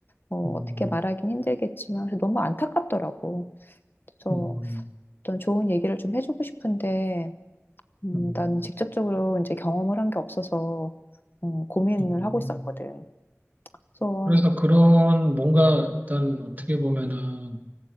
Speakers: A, on the left (about 45°); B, on the right (about 35°).
A: 어,
B: 음, 음,
A: 어떻게 말하긴 힘들겠지만 그래서 너무 안타깝더라고. 그래서
B: 음,
A: 어떤 좋은 얘기를 좀 해주고 싶은데 음,
B: 음.
A: 나는 직접적으로 이제 경험을 한 게 없어서 음, 고민을
B: 음.
A: 하고 있었거든. 그래서
B: 그래서 그런 뭔가 일단 어떻게 보면은